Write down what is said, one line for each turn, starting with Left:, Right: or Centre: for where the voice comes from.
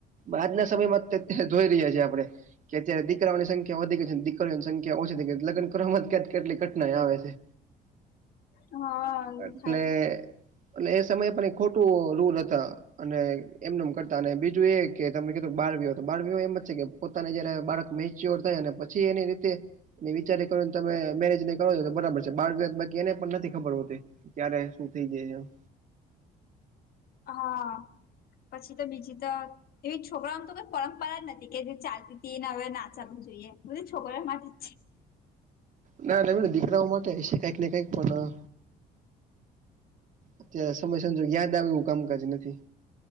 Right: આજના સમયમાં અત્યારે જોઈ રહ્યા છીએ આપડે કે અત્યારે દીકરાઓની સંખ્યા વધી ગઈ છે, દીકરીઓની સંખ્યા ઓછી છે, લગ્ન કરવામાં કેટ કેટલી કઢનાંય આવે છે.
Left: હ
Right: એટલે
Left: થાય
Right: એટલે એ સમયે પણ એક ખોટું રૂલ હતા અને એમનેમ કરતા અને બીજું એ કે તમે કીધું બાળવીવાહ તો બાળવિવાહ એમ જ છે, કે પોતાને જયારે બાળક મેચ્યોર થાય અને પછી એની રીતે ને વિચારી કરો ને તમે મેરેજ ને કરો તો બરાબર છે, બાળવિવાહ બાકી એને પણ નથી ખબર હોતી ક્યારે શું થઇ જાય <unintelligible>
Left: હા પછી તો બીજી તો એવી છોકરામ તો કઈ પરંપરા જ નથી કે જે ચાલતી તી ને હવે ન ચાલવી જોઈએ બધું છોકરા ઓમાંથી
Right: ના <unintelligible> દીકરાઓ માટે હશે કઈકને કઈક પણ અત્યારે સમય સંજોગ યાદ આવે એવું કામકાજ નથી